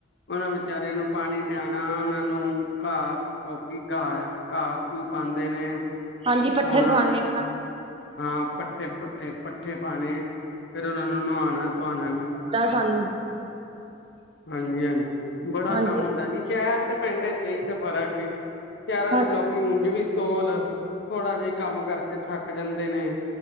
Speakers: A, on the left; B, on the right.
A: ਉਨਾਂ ਵਿਚਾਰਆਂ ਨੂੰ ਪਾਨੀ ਪਿਆਣਾ ਉਨਾਂ ਨੂੰ ਘਾ ਔ ਕਿ ਘ-ਘਾ-ਘੂ ਪਾਂਦੇ ਨੇ।
B: ਹਾਂਜੀ ਪੱਠੇ
A: ਹੋਰ
B: ਖਵਾਂਨੇ
A: ਉਹਨਾਂ ਨੂੰ
B: ਆ।
A: ਹਾਂ, ਪੱਠੇ-ਪੁੱਠੇ-ਪੱਠੇ ਪਾਣੇ ਫੇਰ ਉਹਨਾ ਨੂੰ ਨਵਾਣਾ ਧੁਆਨਾ ਵੀ।
B: ਤਾ ਸਾਨੂੰ
A: ਹਾਂਜੀ-ਹਾਂਜੀ ਬੜਾ
B: ਹਾਂਜੀ
A: ਕੰਮ
B: ਹਾਂ
A: ਹੁੰਦਾ ਜੀ ਸ਼ੈਹਰ ਤੇ ਪਿੰਡ' ਚ ਏਈ ਤੇ ਫਰਕ ਏ। ਸ਼ਹਿਰਾਂ
B: ਹਾਂਜੀ
A: ਦੇ ਲੋਕੀ ਉਂਝ ਵੀ ਸੋਲ ਥੋੜਾ ਜਾਈ ਕੰਮ ਕਰਕੇ ਥੱਕ ਜਾਂਦੇ ਨੇ।